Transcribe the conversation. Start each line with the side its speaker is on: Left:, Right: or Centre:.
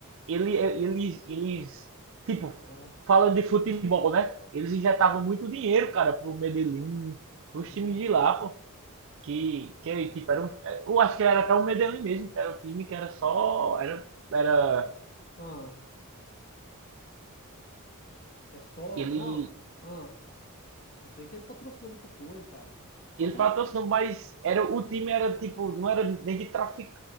Right: ele, é, eles, eles, tipo,
Left: Aham.
Right: falando de futebol, né? Eles injetavam muito dinheiro, cara, pro Medellín, pros
Left: Uhum.
Right: times de lá, pô. Que, que tipo, era um, eu acho que era até o Medellín mesmo, que era um time que era só, era, era,
Left: Ah, é só.
Right: ele,
Left: Não, ah, eu sei que ele patrocinou muita coisa, cara. Só
Right: ele
Left: que
Right: patrocinou,
Left: ah,
Right: mas era, o time era, tipo, não era nem de traficante,